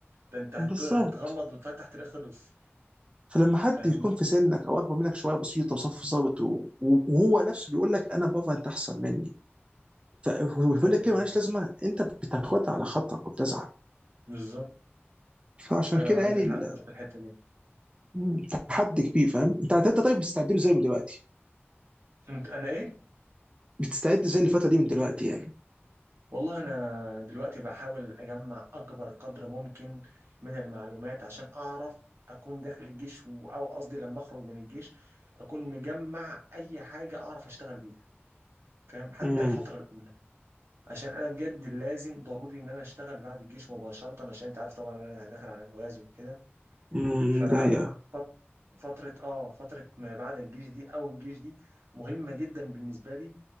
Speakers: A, on the right; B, on the right.
A: ده انت هت-
B: بالظبط
A: هتغمض وتفتح تلاقيه خلص
B: فلما حد
A: فاهمني
B: يكون في سنك او اكبر منك شويه بسيطه وصف ظابط و- وهو نفسه بيقول لك انا بابا انت احسن مني فبيقول
A: ايوه
B: لك كلمه مالهاش لازمه انت بتاخدها على خاطرك وبتزعل
A: بالظبط
B: فعشان
A: ايوه
B: كده
A: انا عندك
B: يعني ال-
A: حق انت في الحته دي
B: مم، تحدي كبير فاهم انت انت طيب بتستعد له ازاي من دلوقتي
A: انت انا ايه
B: بتستعد ازاي للفتره دي من دلوقتي يعني
A: والله انا دلوقتي بحاول اجمع اكبر قدر ممكن من المعلومات عشان اعرف اكون داخل الجيش و- او قصدي لما اخرج من الجيش اكون مجمع اي حاجه اعرف اشتغل بيها فاهم حتى
B: امم
A: الفتره الاولى عشان انا بجد لازم ضروري ان انا اشتغل بعد الجيش مباشره عشان انت عارف طبعا انا داخل على جواز وكده
B: امم
A: ففترة
B: ده هي
A: اه فترة ما بعد الجيش دي او الجيش دي مهمة جدا بالنسبة لي